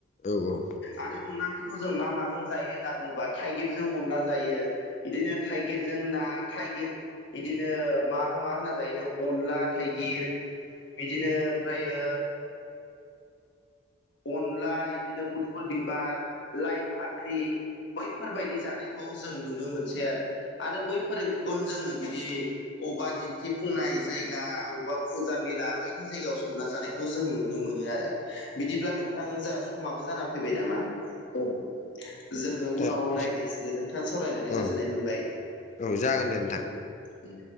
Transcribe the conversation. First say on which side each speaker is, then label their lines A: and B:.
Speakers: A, on the left; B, on the left.
A: औ औ
B: आरो अनला ओंख्रिखौ जों मा माजों जायो होनना बुङोब्ला थाइगिरजों अनला जायो बिदिनो थाइगिरजों ना थाइगिर बिदिनो मा मा होनना जायो अनला थाइगिर बिदिनो ओमफ्रायो अनला बिदिनो मुदुफुल बिबार लाइ फाख्रि बैफोरबायदि जानायखौ जों नुनो मोनसै आरो आरो बैफोर ओंख्रि खौ जोङो बिदि अबेबा दिन्थिफुंनाय जायगा अबेबा फुजा मेला बायदि जायगायाव संना जानायखौ जों नुनो मोनो आरो बिदिब्ला नोंथां जों समाबो जाना फैबाय नामा औ जोङो
A: दा
B: उनाव
A: एसे
B: रायज्लायसिगोन नोंथां सावरायनानै
A: औ
B: गोजोननाय मोनबाय
A: औ जागोन दे नोंथां।
B: औ।